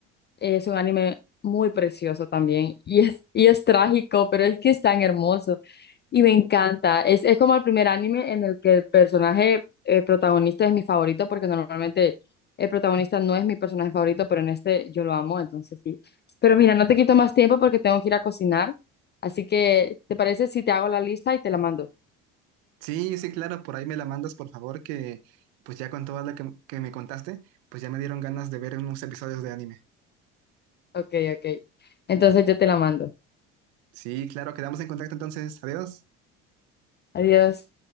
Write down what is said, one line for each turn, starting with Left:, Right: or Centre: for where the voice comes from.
Left: Es un anime muy precioso también y es, y es trágico, pero es que es tan hermoso y me encanta. Es, es como el primer anime en el que el personaje eh, protagonista es mi favorito, porque normalmente el protagonista no es mi personaje favorito, pero en este yo lo amo, entonces sí. Pero mira, no te quito más tiempo porque tengo que ir a cocinar, así que ¿te parece si te hago la lista y te la mando?
Right: Sí, sí, claro, por ahí me la mandas, por favor, que pues ya con toda la que, que me contaste, pues ya me dieron ganas de ver unos episodios de anime.
Left: Ok, ok. Entonces yo te la mando.
Right: Sí, claro, quedamos en contacto entonces. Adiós.
Left: Adiós.